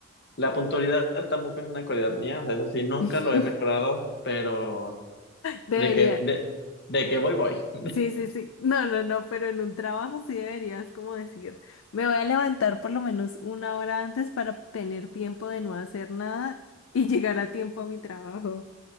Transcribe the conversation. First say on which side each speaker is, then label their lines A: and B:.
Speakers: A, on the left; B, on the left.
A: La puntualidad tampoco es una cualidad mía, o sea, eso sí, nunca
B: <laughs>
A: lo he mejorado, pero
B: Debería.
A: de que, de, de que voy, voy.
B: Sí, sí, sí. No, no, no, pero en un trabajo sí deberías como decir, me voy a levantar por lo menos una hora antes para tener tiempo de no hacer nada y llegar a tiempo a mi trabajo.